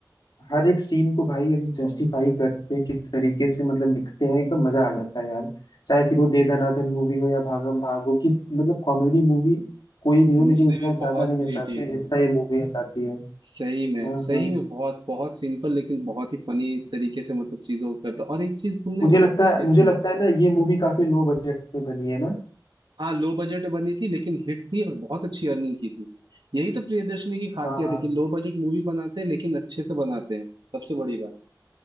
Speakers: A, on the left; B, on the right.
A: हर एक सीन को भाई ये लोग जस्टिफाई करते हैं किस तरीके से मतलब लिखते हैं एकदम मजा आ जाता है यार चाहे फिर वो दे दनादन मूवी हो या भागम भाग हो किस मतलब कॉमेडी मूवी कोई भी हो लेकिन
B: लिखने
A: इतना
B: में
A: ज्यादा
B: बहुत
A: नहीं
B: क्रिएटिविटी
A: हंसाती है जितना
B: है
A: ये मूवी हंसाती है
B: सही में
A: हाँ
B: सही
A: हाँ
B: में बहुत बहुत सिंपल लेकिन बहुत ही फनी तरीके से मतलब चीजों को करता और एक चीज तुमने
A: मुझे
B: बोला
A: लगता है
B: है इसमें
A: मुझे लगता है ना ये मूवी काफी लो बजट में बनी है ना
B: हाँ लो बजट बनी थी लेकिन हिट थी और बहुत अच्छी अर्निंग की थी यही तो प्रियदर्शनी की खासियत
A: हाँ हाँ
B: है कि लो बजट मूवी बनाते हैं लेकिन अच्छे से बनाते हैं सबसे बड़ी बात